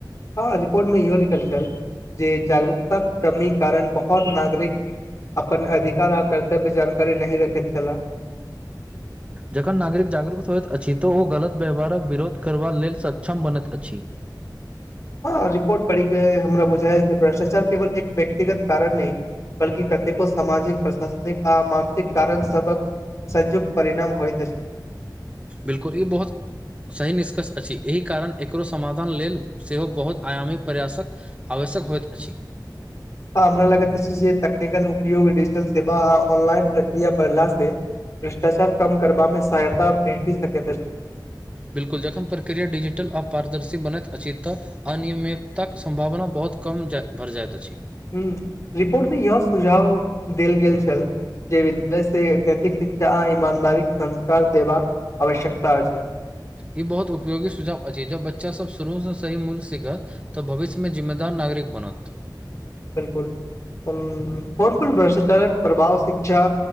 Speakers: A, on the left (about 40°); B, on the right (about 15°).
A: हँ रिपोर्ट में इहो लिखल छल जे जागरूकता के कमी कारण बहुत नागरिक अपन अधिकार आ कर्तव्य जानकारी नही रखैत छलाह
B: जखन नागरिक जागरूक होइत अछि तऽ ओ गलत व्यवहारक विरोध करबा लेल सक्षम बनैत अछि
A: हँ रिपोर्ट पढ़िक के हमरा बुझाय जे भ्रष्टाचार केवल एक व्यक्तिगत कारण नहि बल्कि कतेको सामाजिक प्रशासनिक आ मानसिक कारण सबक संजोग परिणाम होइत अछि
B: बिल्कुल ई बहुत सही निष्कर्ष अछि एहि कारण एकरो समाधान लेल सेहो बहुत आयामी प्रयासक आवश्यक होइत अछि
A: तऽ हमरा लगैत जे तक्निकल उपयोग डिजिटल सेवा आ ऑनलाइन प्रक्रिया बढ़ला से भ्रष्टाचार कम करबामे सहायता भेटी सकै त
B: बिल्कुल जखन प्रक्रिया डिजिटल आर पारदर्शी बनैत अछि तऽ अनियमितताक सम्भावना बहुत कम भरि जाइत अछि
A: ह रिपोर्ट मे यह सुझाव देल गेल छल जे विद्यालय से नैतिक शिक्षा आ ईमानदारी के संस्कार देबाक आवश्यकता अछि
B: ई बहुत उपयोगी सुझाव अछि जब बच्चा सब शुरूसँ सही मूल्य सिखा तऽ भविष्य मे जिम्मेदार नागरिक बनत।
A: बिल्कुल भ्रष्टाचार प्रभाव शिक्षा।